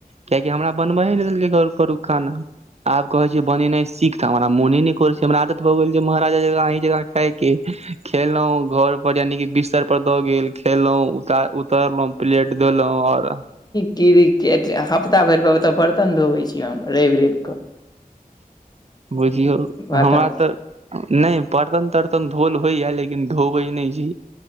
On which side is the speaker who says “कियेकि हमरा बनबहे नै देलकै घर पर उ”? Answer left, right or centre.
Right